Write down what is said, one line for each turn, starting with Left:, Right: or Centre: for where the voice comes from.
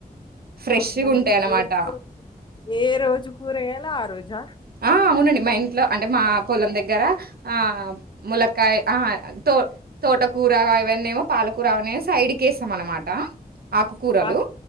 Right: ఫ్రెషగా
Left: అబ్బా! మంచిగా
Right: ఉంటాయి అన్నమాట
Left: ఏ రోజు ఏ రోజు కూరగయలు ఆ రోజా
Right: ఆ! అవునండి. మా ఇంట్లో అంటే మా పొలం దగ్గర ఆ ములక్కయ ఆహా తో తోటకూర అవన్నమో పాలకూర అవన్నేమో సైడ్కి వేస్తాం అనమాట ఆకుకూరలు
Left: ఆక్